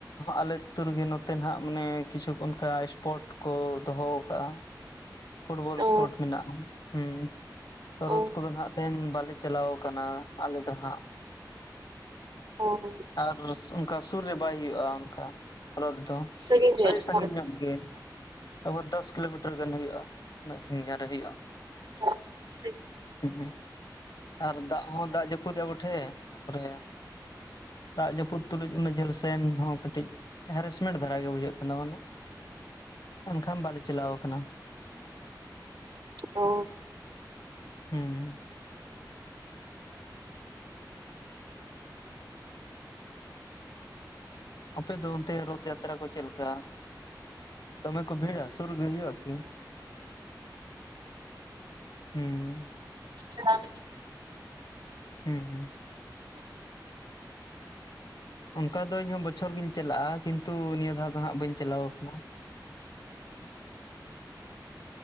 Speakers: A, on the left (about 70°); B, on the right (about 80°).
A: ᱟᱞᱮ ᱟᱹᱛᱩ ᱨᱮᱜᱮ ᱱᱚᱛᱮ ᱱᱟᱦᱟᱜ ᱢᱟᱱᱮ ᱠᱤᱪᱷᱩ ᱠᱚ ᱚᱱᱠᱟ ᱤᱥᱯᱚᱴ ᱠᱚ ᱫᱚᱦᱚ ᱠᱟᱜᱼᱟ, ᱯᱷᱩᱴᱵᱚᱞ
B: ᱚ
A: ᱤᱥᱯᱚᱴ ᱢᱮᱱᱟᱜᱼᱟ ᱦᱩᱸ ᱨᱚᱛ
B: ᱚ
A: ᱠᱚᱫᱚ ᱱᱟᱦᱟᱜ ᱛᱮᱦᱮᱧ ᱵᱟᱞᱮ ᱪᱟᱞᱟᱣ ᱠᱟᱱᱟ ᱟᱞᱮ ᱫᱚ ᱦᱟᱸᱜ
B: ᱚ
A: ᱟᱨ ᱚᱱᱠᱟ ᱥᱩᱨ ᱨᱮ ᱵᱟᱭ ᱦᱳᱭᱳᱜᱼᱟ ᱚᱱᱠᱟ ᱨᱚᱛ ᱫᱚ,
B: ᱥᱟᱺᱜᱤᱧ
A: ᱟᱹᱲᱤ
B: ᱨᱮ
A: ᱥᱟᱺᱜᱤᱧ
B: ᱦᱮᱸ
A: ᱧᱚᱜ ᱜᱮ ᱟᱵᱚ ᱫᱚᱥ ᱠᱤᱞᱳᱢᱤᱴᱟᱨ ᱜᱟᱱ ᱦᱩᱭᱩᱜ-ᱟ ᱩᱱᱟᱹᱜ ᱥᱟᱺᱜᱤᱧ ᱨᱮ ᱦᱳᱭᱳᱼᱟ,
B: <unintelligible>
A: ᱦᱩᱸᱜ-ᱩ ᱟᱨ ᱫᱟᱜ ᱦᱚᱸ ᱫᱟᱜ ᱡᱟᱹᱯᱩᱫ ᱮᱫᱟ ᱵᱩᱴᱷᱮ ᱤᱱᱟᱹ ᱯᱚᱨᱮ ᱜᱮ, ᱫᱟᱜ ᱡᱟᱹᱯᱩᱫ ᱛᱩᱞᱩᱡ ᱩᱱᱟᱹᱜ ᱡᱷᱟᱹᱞ ᱥᱮᱱ ᱦᱚᱸ ᱠᱟᱹᱴᱤᱡ, ᱦᱮᱨᱮᱥᱢᱮᱱᱴ ᱫᱷᱟᱨᱟ ᱜᱮ ᱵᱩᱡᱷᱟᱹᱜ ᱠᱟᱱᱟ ᱢᱟᱱᱮ ᱮᱱᱠᱷᱟᱱ ᱵᱟᱞᱮ ᱪᱟᱞᱟᱣ ᱟᱠᱟᱱᱟ,
B: ᱚ
A: ᱦᱩᱸ ᱟᱯᱮ ᱫᱚ ᱚᱱᱛᱮ ᱨᱚᱛᱷ ᱡᱟᱛᱨᱟ ᱠᱚ ᱪᱮᱫ ᱞᱮᱠᱟ ᱫᱚᱢᱮ ᱠᱚ ᱵᱷᱤᱲᱟ ᱥᱮ ᱥᱩᱨ ᱨᱮ ᱜᱮ ᱦᱩᱭᱩᱜᱼᱟ ᱠᱤ ᱦᱩᱸ
B: ᱦᱮ ᱪᱟᱞᱟᱣ ᱞᱤᱱᱤᱧ,
A: ᱦᱩᱸ ᱦᱩᱸ
B: <unintelligible>
A: ᱚᱱᱠᱟ ᱫᱚ ᱤᱧ ᱦᱚᱸ ᱵᱚᱪᱷᱚᱨ ᱜᱤᱧ ᱪᱟᱞᱟᱜᱼᱟ ᱠᱤᱱᱛᱩ ᱱᱤᱭᱟᱹ ᱫᱷᱟᱣ ᱫᱚ ᱦᱟᱸᱜ ᱵᱟᱹᱧ ᱪᱟᱞᱟᱣ ᱟᱠᱟᱱᱟ,